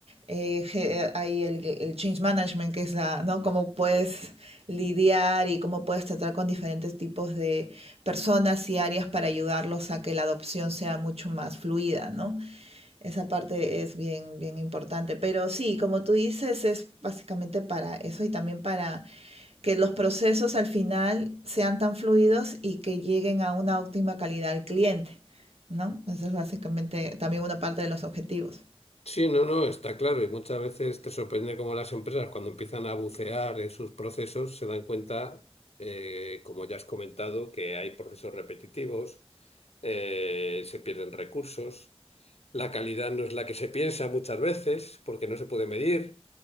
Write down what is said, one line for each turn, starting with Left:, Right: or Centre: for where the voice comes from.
Right: eh, ge- hay el, el change management, que es la, ¿no? Cómo puedes lidiar y cómo puedes tratar con diferentes tipos de personas y áreas para ayudarlos a que la adopción sea mucho más fluida, ¿no? Esa parte es bien, bien importante. Pero sí, como tú dices, es básicamente para eso y también para que los procesos al final sean tan fluidos y que lleguen a una óptima calidad al cliente, ¿no? Eso es básicamente también una parte de los objetivos.
Left: Sí, no, no, está claro. Y muchas veces te sorprende cómo las empresas, cuando empiezan a bucear en sus procesos, se dan cuenta, eh, como ya has comentado, que hay procesos repetitivos, eh, se pierden recursos, la calidad no es la que se piensa muchas veces, porque no se puede medir.